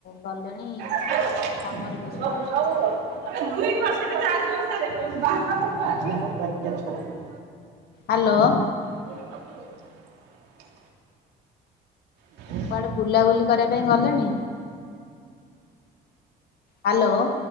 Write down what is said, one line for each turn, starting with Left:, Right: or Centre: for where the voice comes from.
Left: ଗଲେଣି?
Right: ଆଜ୍ଞା
Left: କାମରେ ବେଶ୍
Right: <inaudible>
Left: ହାଲୋ।
Right: <inaudible> ହଁ
Left: କୁଆଡେ ବୁଲାବୁଲି କରିବା ପାଇଁ ଗଲେଣି? ହାଲୋ।